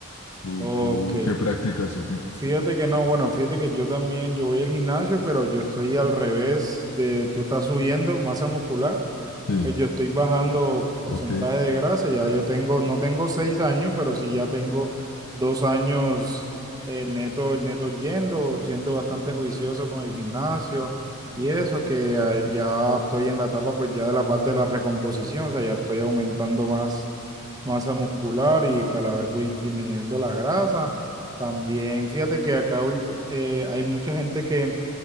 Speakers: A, on the left; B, on the right.
A: ¿Tú,
B: Ok.
A: tú qué practicas o qué?
B: Fíjate que no, bueno, fíjate que yo también, yo voy al gimnasio, pero yo estoy al revés de tú estás subiendo masa muscular.
A: Sí,
B: Pues yo estoy bajando porcentaje
A: ok.
B: de grasa, ya yo tengo, no tengo seis años, pero sí ya tengo dos años eh, neto, neto yendo, siendo bastante juicioso con el gimnasio y eso, que eh, ya estoy en la etapa pues ya de la parte de la recomposición, o sea, ya estoy aumentando más masa muscular y que a la vez voy disminuyendo la grasa. También fíjate que acá ul- eh, hay mucha gente que